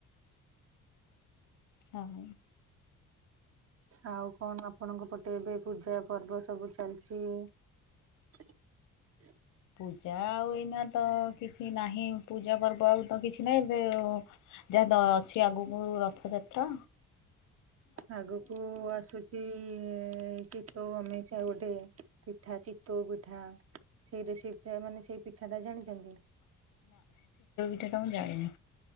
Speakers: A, on the left (about 85°); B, on the right (about 50°).
A: ହଁ।
B: ଆଉ କଣ ଆପଣଙ୍କ ପଟେ ଏବେ ପୂଜା ପର୍ବ ସବୁ ଚାଲିଛି? <inaudible>
A: ପୂଜା ଆଉ ଏଇନା ତ କିଛି ନାହିଁ ପୂଜା ପର୍ବ ଆଉ ତ କିଛି ନାହିଁ। ଏବେ ଯାହା ଅଛି ଆଗକୁ ରଥ ଯ ପେଟ
B: ଆଗକୁ ଆସୁଛି ଏ ଚିତଉ ଅମେଇଷା ଗୋଟେ ପିଠା ଚିତଉ ପିଠା ସେଇ ରେସିପ ଟା ମାନେ ସେଇ ପିଠା ଟା ଜାଣିଛନ୍ତି?
A: ପିଠାଟା ମୁଁ ଜାଣିନି।